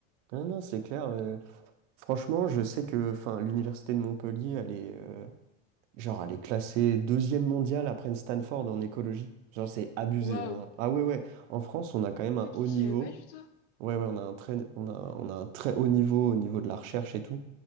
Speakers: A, on the right (about 75°); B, on the left (about 70°).
A: Ah non, c'est clair. euh, franchement, je sais que enfin, l'université de Montpellier, elle est, euh, genre, elle est classée deuxième mondiale après Stanford en écologie. Genre, c'est abusé,
B: Waouh!
A: hein. Ah ouais, ouais. En France, on a quand même un
B: Ok,
A: haut
B: je savais
A: niveau.
B: pas du tout.
A: Ouais, ouais, on a un très, on a, on a un très haut niveau au niveau de la recherche et tout.